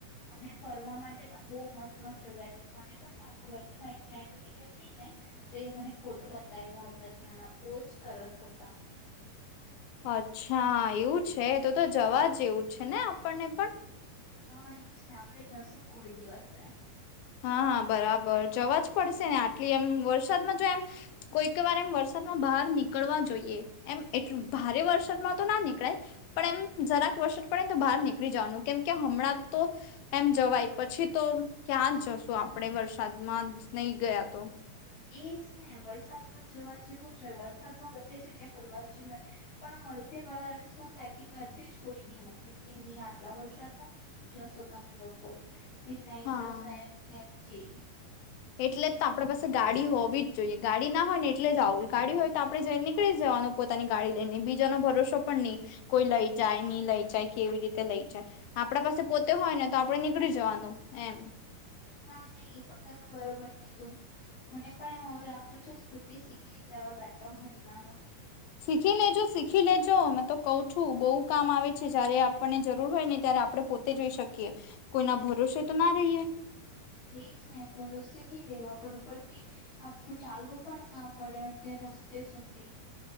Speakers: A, on the left; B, on the left.
A: અને ફરવા માટે પણ બહ મસ્ત મસ્ત જગ્યા છે મને પણ ના ખબર હતી મારી ફ. હતી ને તો એ મને ફોટો બતાવ્યા હતા ત્યાંના બહુ જ સરસ હતા
B: અચ્છા એવું છે તો તો જવા જ જેવું છે ને આપણને પણ
A: હા એ જ ને આપડે જશું કોઈ દિવસે
B: હાા બરાબર જવા જ પડશે ને આટલી એમ વરસાદમાં જો એમ કોઈક વાર એમ વરસાદમાં બહાર નીકળવા જોઈએ એમ એટલું ભારે વરસાદમાં તો ના નીકળાય પણ એમ જરાક વરસાદ પડેને તો બહાર નીકળી જવાનું કેમ કે હમણાં તો એમ જવાય પછી તો ક્યાં જ જશો આપણે વરસાદમાં નહી ગયા તો
A: એજ ને વરસાદમાં જવા જેવું જ હોય વરસાદમાં બધી જગ્યા ફરવા જે હોય પણ અડધી વાર શું થાય કે ઘરથી જ કોઈ નહી મોકલી કે નહી આટલા વરસાદમાં ક જશો તમે લોકોક ભિનઈ
B: હા
A: જશો એમ તેમ કે
B: એટલે જ આપણા પાસે ગાડી હોવી જ જોઈએ ગાડી ના હોય ને એટલે જ આવું ગાડી હોય તો આપડણે જઈ નીકળી જવાનું પોતાની ગાડી લઈ નને બીજા ન ભરોસો પણ નહી કોઈ લઈ જાય નહી લઈ જાય કેવી રીતે લઈ જાય આપણા પાસે પોતે હોય ને તો આપડે નીકળી જવાનું એમ
A: હા નહી એ પણ તમે બરોબર કીધું મને પણ એમ એવું લાગતું છે સ્કૂટી શીખી જ લેવા બે ત્રણ મહિનામાં
B: શીખી લેજો શીખી લેજો મેં તો કઉ છું બહુ કામ આવે છે જયારે આપણને જરૂર હોય ને ત્યારે આપડે પોતે જોઈ શકીએ કોઈના ભરોસે તો ના રહીએ
A: એજ ને ભરોસો નહી રેવ આપડ ઉપરથી ચાલવું પણ ના પડે અત્યારે રસ્તે સુધી